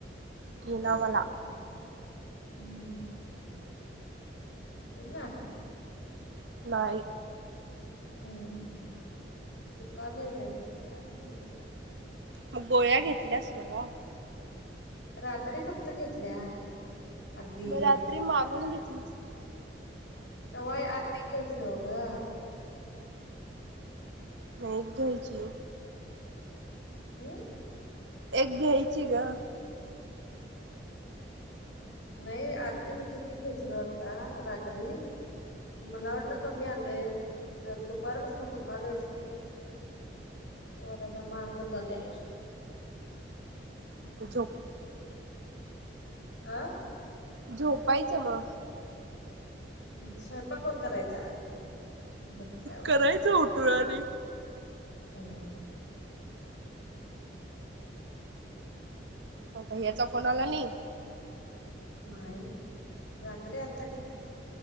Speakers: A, on the right; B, on the left.
A: येईना
B: एवरी
A: मला
B: हम्म. <unintelligible> इना <unintelligible>
A: नाही.
B: हम्म हम्म दुकालेलंयई काय सांगू तुला.
A: मग गोळ्या घेतल्यास नव.
B: रात्री फक्त घेतल्या. अर्धी
A: म रात्री मागून घेतली असती.
B: त वय अर्धी घेतलो गं. हम्म.
A: एक घ्यायची.
B: हम्म.
A: एक घ्यायची ग.
B: नाही आर्धी होती ती घेतलो आता ग रात्री. मला वाटलं कमी आलंय जर दुपारपसन दुकालास की पोटात. तवरादा मान दुखल्या हम्म.
A: झोप
B: <unintelligible> अ.
A: झोपायचं म.
B: स्वयंपाक कोणी करायचा झोपल्यावर.
A: करायचं उठून आणि
B: हम्म.
A: हावता ह्याचा फोन आला नाही.
B: नाही रात्री आलता की.